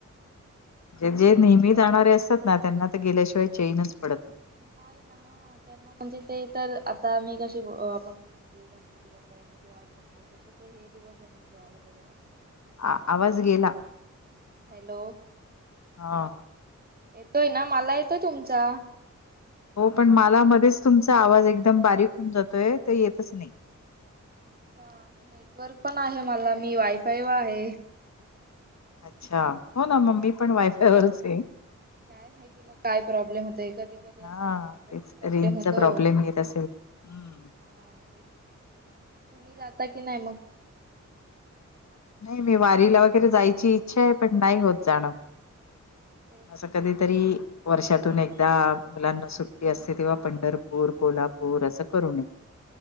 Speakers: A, on the left; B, on the right.
A: म्हणजे
B: आणि
A: नेहमी
B: मग
A: जाणारे असतात ना त्यांना - तिथं गेल्याशिवाय चेनच पडत ना -
B: नाही ना ह त्यांना म्हणजे ते तर आता मी कशी आपण म्हणजे. गणपती बाप्पा येण्याची वाट बघतो तसं ते हे दिवस येण्याची वाट बघतं असतात.
A: आ -आवाज गेला
B: हॅलो
A: हा -
B: येतोय ना मला येतोय तुमचा.
A: हो पण मला मध्येच तुमचा आवाज एकदम बारीक होऊन जातोय, तर येतच नाही.
B: अच्छा नेटवर्क पण आहे मला, मी वायफाय व आहे.
A: अच्छा! हो, ना मम्मी पण वायफाय वरच हे.
B: काय माहिती मग काय प्रॉब्लेम होत कधी कधी
A: हा
B: असं ह्याचा
A: तेच
B: पण प्रॉब्लेम
A: रेंजचा
B: होतो.
A: प्रॉब्लेम येत असेल हम्म
B: हा, तुम्ही जाता की नाही मग?
A: नाही मी वारीला वगैरे जायची इच्छा आहे पण नाही होत जाणं.
B: तेच
A: असं
B: ना
A: कधीतरी - वर्षातून एकदा मुलांना सुट्टी असते तेव्हा पंढरपूर कोल्हापूर असं करून.